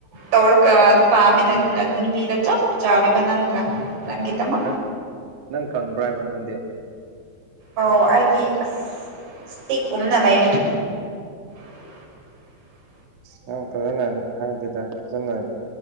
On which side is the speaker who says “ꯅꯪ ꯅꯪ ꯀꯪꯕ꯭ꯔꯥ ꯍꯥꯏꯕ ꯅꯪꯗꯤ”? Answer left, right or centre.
Right